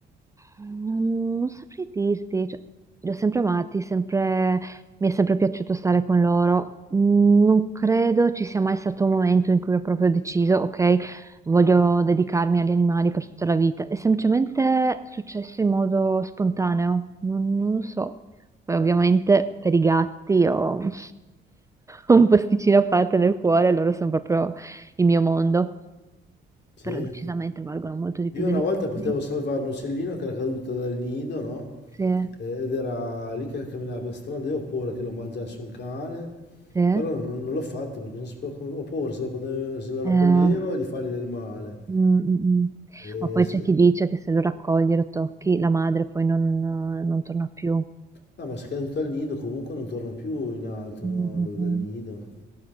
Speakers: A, on the right; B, on the left.
A: Non, non saprei dirti, cioè, li ho sempre amati, sempre- mi è sempre piaciuto stare con loro. Mm, Non credo ci sia mai stato un momento in cui ho proprio deciso, ok, voglio dedicarmi agli animali per tutta la vita. È semplicemente successo in modo spontaneo, non, non lo so. Poi ovviamente per i gatti ho <laughs> ho un posticino a parte nel cuore, loro sono proprio il mio mondo,
B: Sì?
A: però decisamente valgono molto di
B: Io
A: più degli
B: una volta
A: umani.
B: potevo salvare un uccellino che era caduto dal nido, no?
A: Sì,
B: Ed era lì che camminava per strada, io ho paura che lo mangiasse un cane,
A: sì.
B: però non, non l'ho fatto perché non sapevo come, ho paura se lo, prendevo- se lo raccoglievo
A: Eh, mm,
B: di fargli del male.
A: mm, mm.
B: E
A: Ma poi c'è
B: se-
A: chi dice che se lo raccogli e lo tocchi, la madre poi non, eh, non torna più.
B: no, ma se è caduto al nido comunque non torna più in alto,
A: Mm,
B: no?
A: mm,
B: Dove-
A: mm.
B: Dal nido.